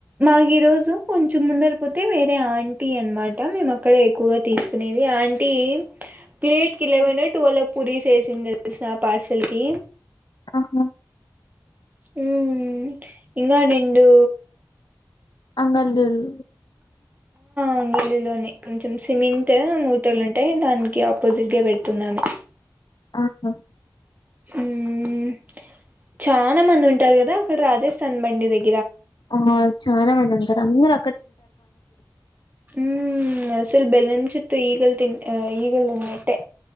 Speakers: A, on the right; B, on the left.
A: మాగీరోజు కొంచెం ముందర పోతే వేరే ఆంటీ అనమాట మేము అక్కడ ఎక్కువగా తీసుకునేది ఆంటీ ప్లేట్ కి లెవెన్ టువెల్ పూరీస్ ఏసింది తెల్సా పార్సల్ కి
B: ఆహా
A: ఉహ్మ్ ఇంగా నిండు
B: అంగల్లులు
A: ఆంగల్లిలోనే కొంచెం సిమెంట్ మూటలు ఉంటాయి దాని కి ఆపోజిట్గా పెడుతుందామె
B: ఆహా
A: హ్మ్ చానా మంది ఉంటారు కదా అక్కడ రాజస్థాన్ బండి దగ్
B: ఆ చానా మంది ఉంటారు అందర
A: హ్మ్ అసల్ బెల్లం చ చుట్టు ఈగల్ తి ఆ ఈగల్ ఉన్నట్టె